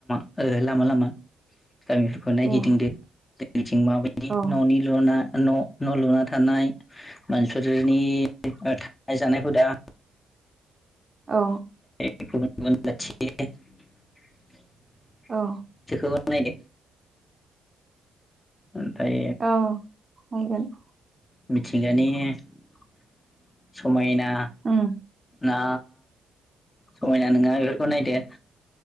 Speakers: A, on the left (about 20°); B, on the right (about 30°).
A: ओ लामा लामा गामिफोरखौ नायगिदिंदो
B: ए
A: जों माबायदि
B: औ
A: न'निल'ना न' न' लुना थानाय मानसिफोरनि थानाय जानाय हुदा <inaudible>
B: औ
A: <unintelligible>
B: औ
A: बेखौबो आ नायदो ओमफ्राय
B: औ नायगोन
A: मिथिंगानि <inaudible> समायना
B: उम
A: ना समायना नङा बेफोरखौ नायदो